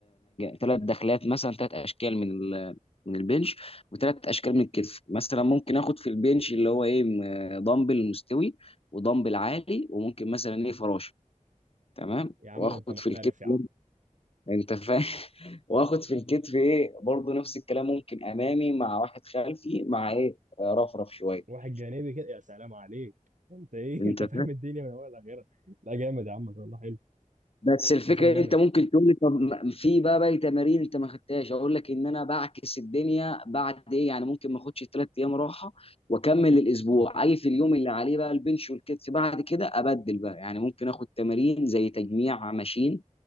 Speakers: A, on the left; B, on the right.
A: ثلاث دخلات مثلا ثلاث اشكال من ال- من البنش وثلاث اشكال من الكتف مثلا ممكن اخد في البنش اللي هو ايه م- دمبل مستوي ودمبل عالي وممكن مثلا ايه فراشه تمام
B: يا عم
A: واخد
B: ده انت محترف
A: في الكتف
B: يا
A: برضه-
B: عم
A: انت فاهم <laughs> واخد في الكتف ايه برضه نفس الكلام ممكن امامي مع واحد خلفي مع ايه آه، رفرف شويه
B: واحد جانبي كده يا سلام عليك انت ايه
A: انت
B: <laughs> انت فاهم
A: فاهم
B: الدنيا من اولها لاخرها لا جامد يا عم والله حلو
A: بس الفكره
B: نظام جامد
A: انت ممكن تقول لي طب ما- في بقى باقي تمارين انت ما خدتهاش اقول لك ان انا بعكس الدنيا بعد ايه يعني ممكن ما اخدش ثلاث ايام راحه واكمل الاسبوع اجي في اليوم اللي عليه بقى البنش والكتف بعد كده ابدل بقى يعني ممكن اخد تمارين زي تجميع ماشين